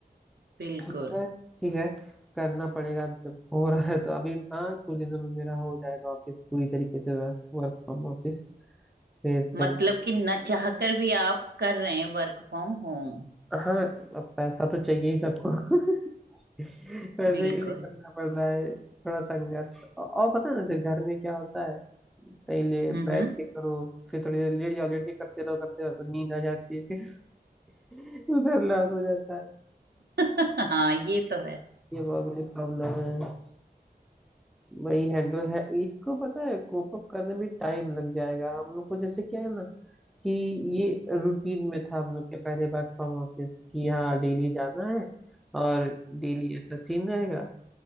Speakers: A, on the right (about 80°); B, in the centre.
A: बिल्कुल
B: मगर ठीक है करना पड़ेगा अब जब हो रहा है तो अभी हाँ कुछ दिनों में मेरा हो जाएगा ऑफिस पूरी तरीके से वर्क फ्रॉम ऑफिस फिर
A: मतलब
B: चल
A: कि न चाहकर भी आप कर रहे हैं वर्क फ्रॉम होम
B: हाँ अब पैसा तो चाहिए ही सबको <laughs> पैसे
A: बिल्कुल
B: के लिए करना पड़ रहा है थोड़ा संघर्ष औ- और पता है ना जैसे घर में क्या होता है कहीं ले
A: हम्म
B: बैठ के करो फिर थोड़ी देर लेट जाओ लेट के करते रहो करते रहो तो नींद आ जाती है फिर <laughs> उधर लॉस हो जाता है
A: <laughs> हाँ ये तो है
B: ये बहुत बड़ी प्रॉब्लम है वही हैंडल है इसको पता है कोप अप करने में टाइम लग जाएगा हम लोग को जैसे क्या है ना कि ये रूटीन में था हम लोग के पहले वर्क फ्रॉम ऑफिस कि हाँ डेली जाना है और डेली ऐसा सीन रहेगा